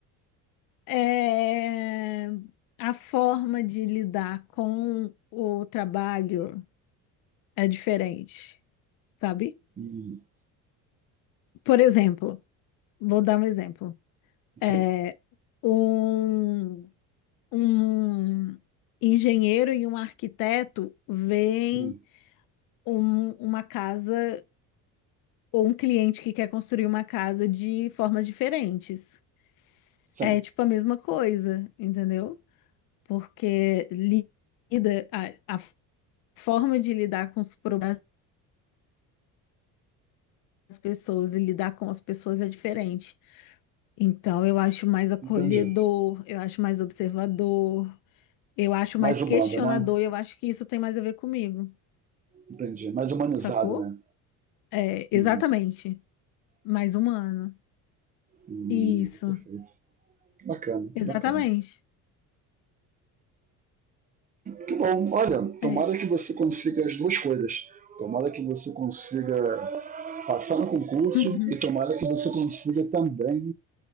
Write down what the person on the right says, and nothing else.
Hum,
sim,
hum,
sim,
entendi.
Mais
humano,
né?
Entendi. Mais humanizado,
né?
Hum,
hum,
perfeito. Que bacana, que
bacana. Que bom, olha, tomara
que você consiga as duas coisas. Tomara que você consiga passar no concurso
e tomara que você consiga também